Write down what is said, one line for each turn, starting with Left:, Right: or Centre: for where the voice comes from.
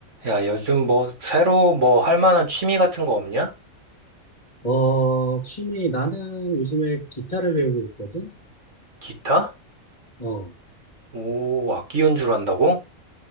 Right: 야, 요즘 뭐, 새로 뭐, 할 만한 취미 같은 거 없냐?
Left: 어, 취미, 나는 요즘에 기타를 배우고 있거든?
Right: 기타?
Left: 어,
Right: 오, 악기 연주를 한다고?